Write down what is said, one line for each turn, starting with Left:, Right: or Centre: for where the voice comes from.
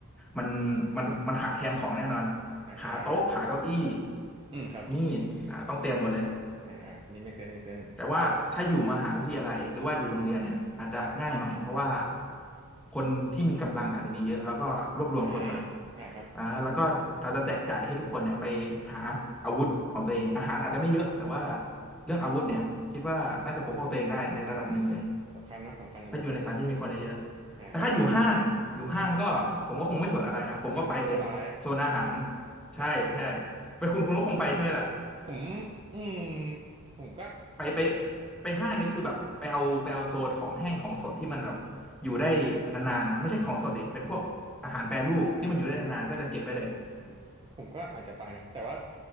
Centre: มันมันมันขาดแคลนของแน่นอน
Right: อ่า
Centre: ขาโต๊ะขาเก้าอี้
Right: อืมครับ
Centre: มีดอ่าต้องเตรียมหมดเลย
Right: อ่าอ่าอันนี้ไม่เคลื่อนไม่เคลื่อน
Centre: แต่ว่าถ้าอยู่มหาวิทยาลัยหรือว่าอยู่โรงเรียนเนี่ยอาจจะง่ายหน่อยเพราะว่า
Right: ครับ
Centre: คนที่มีกำลังอาจจะมีเยอะแล้วก็รวบรวมคนก่อน
Right: อ่าอ่าครับ
Centre: อ่าแล้วก็เราจะแจกจ่ายให้ทุกคนเนี่ยไปหาอาวุธของตัวเองอาหารอาจจะไม่เยอะแต่ว่าเรื่องอาวุธเนี่ยคิดว่าน่าจะปกป้องตัวเองได้ในระดับหนึ่งเลย
Right: อืมสำคัญเนอะสำคัญอาวุธ
Centre: ถ้าอยู่ในสถานที่มีคนเยอะๆแต่ถ้าอยู่ห้างอยู่ห้างก็ผมก็คงไม่สนอะไรอ่ะผมก็ไปเลยโซนอาหาร
Right: อ่าครับอ่ะสสบายนะ
Centre: ใช่ใช่
Right: อ่าครับ
Centre: เป็นคุณคุณก็คงไปใช่ไหมล่ะ
Right: ผมอืมผมก็
Centre: ไปไปไปห้างนี่คือแบบไปเอาไปเอาโซนของแห้งของสดที่มันแบบอยู่ได้นานๆนะไม่ใช่ของสดดิเป็นพวกอาหารแปรรูปที่มันอยู่ได้นานๆก็จะเก็บไว้เลย
Right: อืมอืมอืมผมก็อาจจะไปนะ แต่ว่า